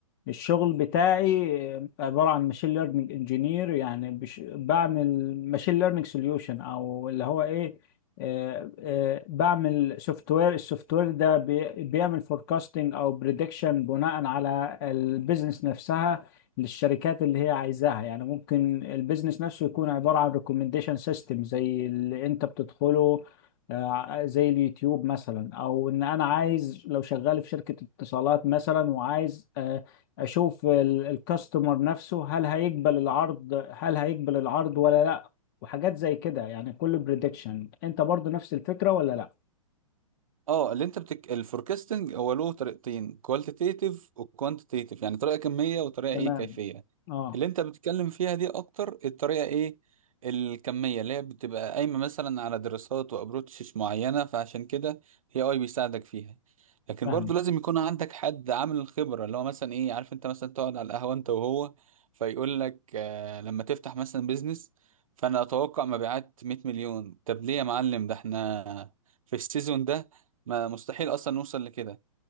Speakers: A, on the left; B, on the right.
A: الشغل بتاعي عبارة عن ماشين ليرنينج انجينير يعني بش بعمل ماشين ليرنينج سوليوشن او اللي هو ايه آه، آه، بعمل سوفت وير السوفت وير ده بي- بيعمل فوركاستنج او بريدكشن بناء على البيزنس نفسها للشركات اللي هي عايزاها يعني ممكن البيزنس نفسه يكون عبارة عن ريكومنديشن سيستم زي اللي انت بتدخله آه، زي اليوتيوب مثلا او ان انا عايز لو شغال في شركة اتصالات مثلا وعايز آه، اشوف ال- الكاستمر نفسه هل هيقبل العرض هل هيقبل العرض ولا لا وحاجات زي كده يعني كل بريدكشن انت برضو نفس الفكرة ولا لا
B: اه اللي انت بتك... الفوركاستنج هو له طريقتين كوالتيتيف وكوانتيتيف يعني طريقه كميه وطريقه
A: تمام
B: ايه كيفيه
A: اه
B: اللي انت بتتكلم فيها دي اكتر الطريقه ايه الكميه اللي هي بتبقى قايمه مثلا على دراسات وابروتشز معينه فعشان كده هي اي بيساعدك فيها لكن
A: فاهم
B: برضو لازم يكون عندك حد عامل الخبره اللي هو مثلا ايه عارف انت مثلا تقعد على القهوه انت وهو فيقول لك آه لما تفتح مثلا بيزنس فانا اتوقع مبيعات 100 مليون طب ليه يا معلم ده احنا في السيزون ده ما مستحيل اصلا نوصل لكده